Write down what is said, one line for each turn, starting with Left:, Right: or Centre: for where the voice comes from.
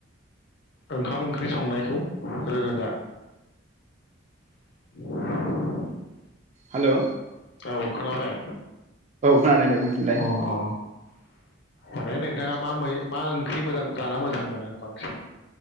Left: ओंखाम ओंख्रि संनायखौ रोङो दा। <inaudible>
Right: हेलौ
Left: औ खोनाबाय।
Right: खोनादों दे बुंफिनलाय
Left: अ अ माने नोंथाङा मा मै मा ओंख्रि मोजां जाना मोजां मोनो बांसिन।